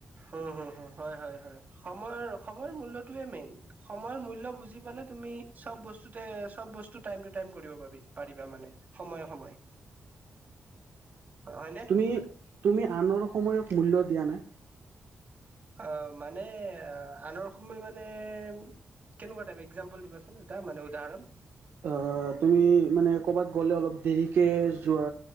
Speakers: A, on the right (about 45°); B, on the right (about 75°).
A: উম হু হু হয় হয়-হয়, সময়ৰ সময়ৰ মূল্যটোৱে মেইন, সময়ৰ মূল্য বুজি পালে তুমি চব বস্তু <unintelligible> চব বস্তু টাইম টু টাইম কৰিব পাৰি, পাৰিবা মানে। সময়ে সময়ে হয়নে
B: তুমি-তুমি আনৰ সময়ক মূল্য দিয়া নে।
A: অঁ মানে আনৰ সময় মানে কেনেকুৱা টাইপ, একজাম্পল দিবাচোন এটা মানে উদাহৰণ।
B: অঁ তুমি মানে কৰ'বাত গ'লে অলপ দেৰিকে যোৱা